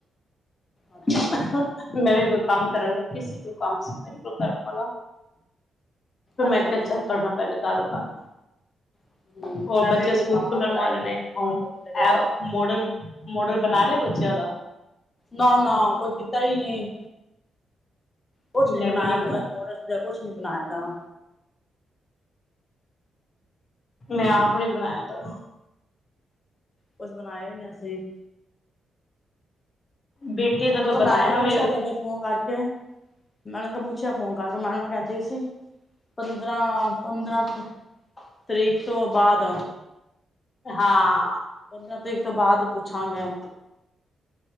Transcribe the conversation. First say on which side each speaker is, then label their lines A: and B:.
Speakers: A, on the left; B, on the left.
A: ਅੱਛਾ
B: ਮੈਂ ਵੀ ਕੋਈ ਕੰਮ ਕਰਨ ਲੱਗੀ ਸੀ। ਕੋਈ ਕੰਮ ਸੀ ਮੇਰੇ ਕੋਈ ਕਰਨ ਵਾਲਾ।
A: ਅੱਛਾ
B: ਮੈਂ ਕਿਹਾ
A: ਅੱਛਾ
B: ਚੱਲ, ਤੁਹਾਡੇ ਨਾਲ ਪਹਿਲੇ ਗੱਲ ਕਰਲਾ।
A: ਹਮ
B: ਔਰ
A: ਮੈਂ
B: ਬੱਚੇ
A: ਵੀ
B: ਸਕੂਲ
A: ਗਾਵਾਂ
B: ਖੁੱਲਣ
A: ਕੋਲ
B: ਵਾਲੇ
A: ਆਈ
B: ਨੇ।
A: ਸੀ ਮੈਂ
B: ਹੋ
A: ਭਾਂਡੇ ਭੂੰਡੇ ਵੇਖਾਂ
B: ਐ ਮੋਡਲ ਮੋਡਲ ਬਣਾਲਿਆ ਬੱਚਿਆਂ ਦਾ।
A: ਨਾ-ਨਾ ਕੋਈ ਕੀਤਾ ਹੀ ਨਹੀਂ। ਕੁਛ
B: ਮੈਂ
A: ਨੀ ਬਨਾਇਆ
B: ਵੀ
A: ਮੋਹ
B: ਬਣਾਇਆ
A: ਮੋਡਲ ਕੁਛ ਨੀ ਬਣਾਇਆ ਨਾ।
B: ਮੈਂ ਆਪ ਨੇ ਬਣਾਇਆ ਤਾਂ।
A: ਕੁਛ ਬਣਾਇਆ ਹੀ ਨਹੀਂ ਅਸੀ।
B: ਬੇਟੀ
A: ਸਗੋਂ
B: ਦਾ ਤਾਂ ਬਣਾਇਆ
A: ਮੈਡਮ ਨੇ ਪੁੱਛਿਆ
B: ਵੇ
A: ਕਹਿੰਦੇ ਫ਼ੋਨ ਕਰਕੇ। ਮੈਡਮ ਨੂੰ ਪੁੱਛਿਆ ਫੋਨ ਕਰਕੇ ਮੈਡਮ ਕਹਿੰਦੇ ਸੀ। ਪੰਦਰਾਂ- ਪੰਦਰਾਂ ਤਰੀਕ ਤੋਂ ਬਾਅਦ।
B: ਹਾਂ।
A: ਪੰਦਰਾਂ ਤਰੀਕ ਤੋਂ ਬਾਅਦ ਪੁੱਛਾਂਗੇ?